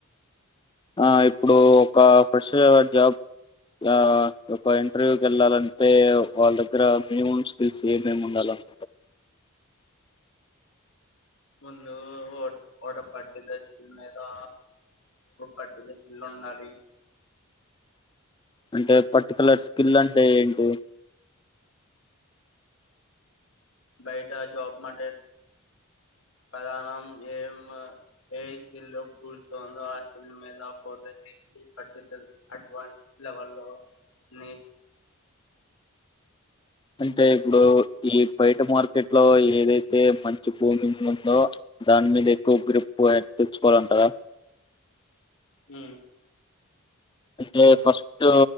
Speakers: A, on the left; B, on the left.
A: ఆ ఇప్పుడు ఒక ప్రెషర్ జాబ్ ఆ ఒక ఇంటర్వ్యూకి వెళ్ళాలంటే వాళ్ళ దగ్గర మినిమం స్కిల్స్ ఏమేమి ఉండాల <inaudible>
B: ముందు ఓట్ ఓట పటద సిలేదు ఒకటి సేల్ ఉండాలి
A: అంటే పర్టికులర్ స్కిల్ అంటే ఏంటి
B: బయిట జబ్ మాటే
A: <inaudible>
B: ప్రధానం ఏం ఏ సిల్ పర్చందో ఆ సిల్ మీద పోతది అడ్వాన్స్ లెవెల్ లో నే
A: అంటే ఇప్పుడు ఈ బయట మార్కెట్ లో ఏదైతే మంచి భూమింగ్ ఉందో దాని మీద ఎక్కువ గ్రిప్ తెచ్చుకోవాలంటారా
B: ఉ
A: అంటే ఫస్ట్